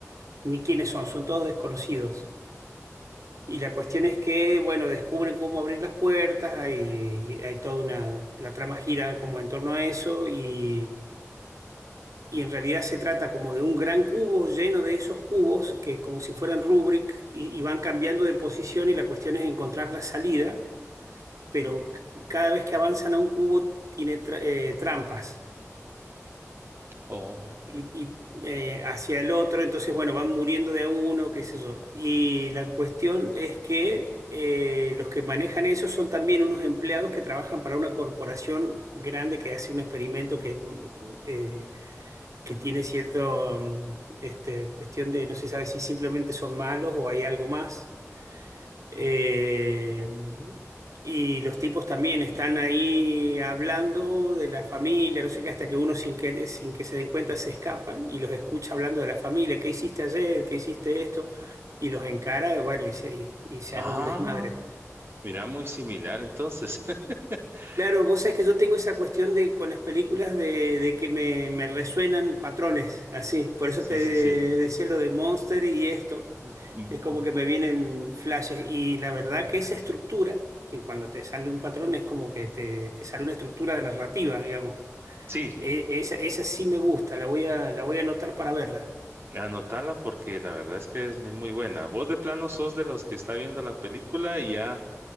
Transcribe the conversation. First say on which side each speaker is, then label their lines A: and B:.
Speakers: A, on the right; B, on the right.
A: ni quiénes son, son todos desconocidos. Y la cuestión es que, bueno, descubren cómo abrir las puertas, hay, hay toda una, la trama gira como en torno a eso y, y en realidad se trata como de un gran cubo lleno de esos cubos que como si fueran rubrik y y van cambiando de posición y la cuestión es encontrar la salida pero c- cada vez que avanzan a un cubo tiene tra- eh, trampas.
B: Oh.
A: Y, y, eh, hacia el otro, entonces, bueno, van muriendo de a uno, qué sé yo. Y la cuestión es que eh, los que manejan eso son también unos empleados que trabajan para una corporación grande que hace un experimento que, mm, eh, que tiene cierta este, cuestión de no se sabe si simplemente son malos o hay algo más. Eh, y los tipos también están ahí hablando de la familia, no sé qué, hasta que uno sin que, sin que se den cuenta se escapan y los escucha hablando de la familia, ¿qué hiciste ayer? ¿Qué hiciste esto? Y los encara, bueno, y se, y, y se
B: Ah,
A: arma un desmadre.
B: mira, muy similar entonces. <laughs>
A: Claro, vos sabés que yo tengo esa cuestión de con las películas de, de que me, me resuenan patrones, así. Por eso
B: Sí,
A: te decía
B: sí, sí.
A: lo de Monster y esto.
B: Mm,
A: Es como que me vienen flashes. Y la verdad que esa estructura, que cuando te sale un patrón es como que te, te sale una estructura de narrativa, digamos.
B: Sí,
A: E- esa, esa sí me gusta, la voy a, la voy a anotar para verla.
B: anotala porque la verdad es que es muy buena. Vos de plano sos de los que está viendo la película y ya